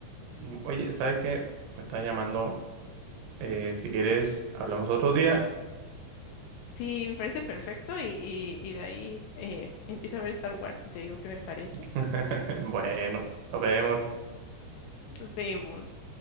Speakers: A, on the right; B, on the left.
A: Mm, Oye, ¿sabes qué? Me están llamando. Eh, si quieres, hablamos otro día.
B: sí, me parece perfecto y, y, y de ahí eh, empiezo a ver Star Wars y te digo qué me parece.
A: <laughs> Bueno, nos vemos.
B: Nos vemos.